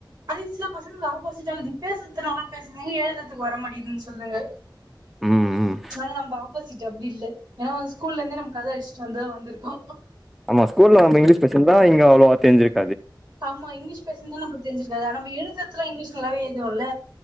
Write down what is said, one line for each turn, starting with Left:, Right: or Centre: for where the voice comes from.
Right: அது சில பசங்களுக்கு ஆப்போசிட் ஆகுது பேசறதுனால பேசதுங்க ஆனா எழுதுறதுக்கு வர மாட்யுதுன்னு சொல்றாங்க
Centre: ம் ம்
Right: ஆ நம்ப ஆபோசிட் அப்டி இல்ல ஏன்னா ஸ்கூல்ல இருந்தே நம்ம கத அடிச்சட்டு வந்துதா வந்துருக்கோ
Centre: ஆமா ஸ்கூல்ல நம்ம இங்கிலீஷ் பேசியிருந்தா இங்க அவ்வளவா கேிர <unintelligible>
Right: ஆமா இங்கிலீஷ் பேசு தா நம்ம தெரிஞ்சிருக்காது நம்ம எழுதுத்துல இங்லீஷ் நல்லாவே எழுதுவோல்ல